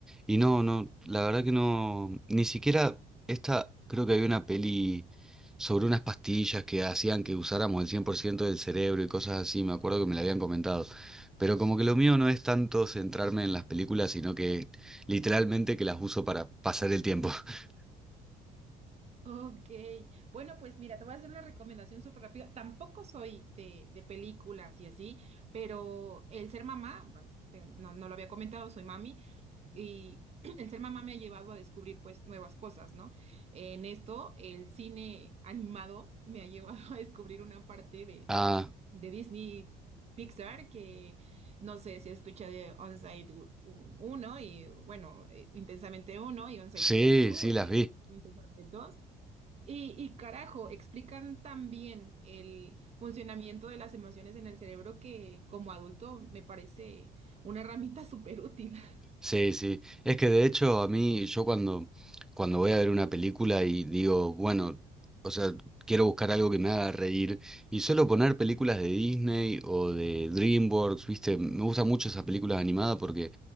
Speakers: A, in the centre; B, on the right.
A: y no, no, la verdad que no, ni siquiera esta, creo que había una peli sobre unas pastillas que hacían que usáramos el 100% del cerebro y cosas así, me acuerdo que me la habían comentado, pero como que lo mío no es tanto centrarme en las películas, sino que literalmente que las uso para pasar el tiempo. <laughs>
B: Ok, bueno, pues mira, te voy a hacer una recomendación súper rápida. Tampoco soy de, de películas y así, pero el ser mamá, bueno, te- no, no lo había comentado, soy mami, y <clears throat> el ser mamá me ha llevado a descubrir pues nuevas cosas, ¿no? En esto, el cine animado me ha llevado <laughs> a descubrir una parte de,
A: Ah,
B: de, de Disney Pixar que no sé si escucha de Onside uno y bueno, eh, Intensamente uno y Onside
A: sí,
B: 2,
A: sí, las
B: eh,
A: vi.
B: Intensamente dos y, y carajo, explican tan bien el funcionamiento de las emociones en el cerebro que como adulto me parece una herramienta súper útil. <laughs>
A: Sí, sí. Es que de hecho a mí, yo cuando, cuando voy a ver una película y digo, bueno, o sea, quiero buscar algo que me haga reír y suelo poner películas de Disney o de DreamWorks, ¿viste? Me gustan mucho esas películas animadas porque